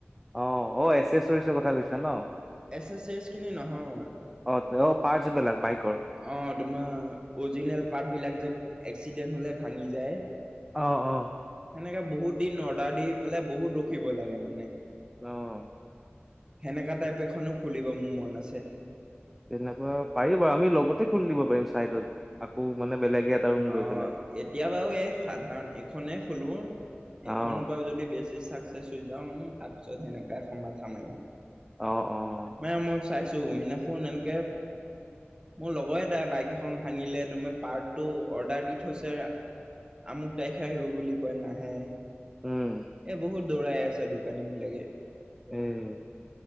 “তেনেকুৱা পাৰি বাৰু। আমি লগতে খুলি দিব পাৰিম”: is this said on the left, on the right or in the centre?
Centre